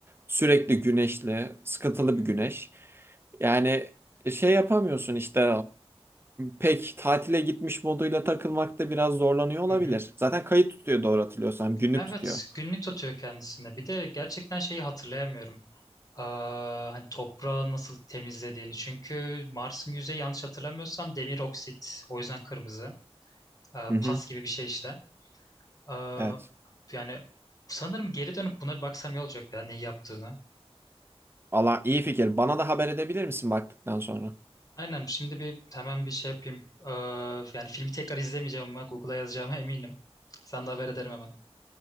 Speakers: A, on the right; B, on the left.
A: sürekli güneşli, sıkıntılı
B: Hı hı.
A: bir güneş. Yani şey yapamıyorsun işte pek tatile gitmiş moduyla takılmakta biraz zorlanıyor olabilir.
B: Hı hı.
A: Zaten kayıt tutuyor doğru hatırlıyorsam. Günlük
B: Evet,
A: tutuyor.
B: günlük tutuyor kendisinde. Bir de gerçekten şeyi hatırlayamıyorum. Aa, hani toprağı nasıl temizlediğini. Çünkü Mars'ın yüzeyi yanlış hatırlamıyorsam demir oksit. O yüzden kırmızı. Aa,
A: Hı hı.
B: pas gibi bir şey işte. Aa,
A: Evet.
B: yani sanırım geri dönüp buna bir baksam iyi olacak ya neyi yaptığını.
A: Allah iyi fikir. Bana da haber edebilir misin baktıktan sonra?
B: Aynen şimdi bir hemen bir şey yapayım. Aa, yani filmi tekrar izlemeyeceğim ama Google'a yazacağıma eminim. Sen de haber ederim hemen.